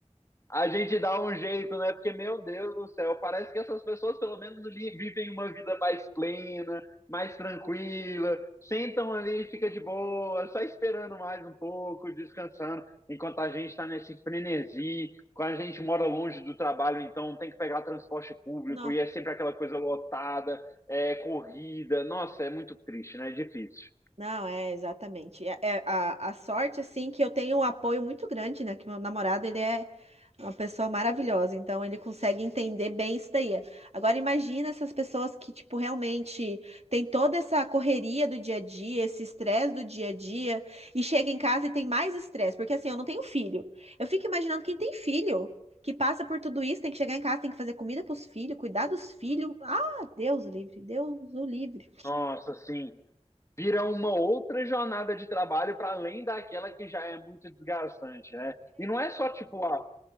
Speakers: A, on the left; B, on the right.
A: a gente dá um jeito, né? Porque, meu Deus do céu, parece que essas pessoas pelo menos vivem uma vida mais plena, mais tranquila, sentam ali, fica de boa, só esperando mais um pouco, descansando, enquanto a gente está nesse frenesi, quando a gente mora longe do trabalho, então tem que pegar transporte público
B: Não.
A: e é sempre aquela coisa lotada, é corrida. Nossa, é muito triste, né? É difícil.
B: Não, é exatamente. É, é a, a sorte, assim, que eu tenho um apoio muito grande, né? Que meu namorado, ele é uma pessoa maravilhosa, então ele consegue entender bem isso daí. Agora, imagina essas pessoas que, tipo, realmente tem toda essa correria do dia a dia, esse estresse do dia a dia, e chega em casa e tem mais estresse, porque assim, eu não tenho filho. Eu fico imaginando quem tem filho, que passa por tudo isso, tem que chegar em casa, tem que fazer comida para os filhos, cuidar dos filhos. Ah, Deus o livre, Deus o livre.
A: Nossa, sim. vira uma outra jornada de trabalho para além daquela que já é muito desgastante, né? E não é só tipo, ah,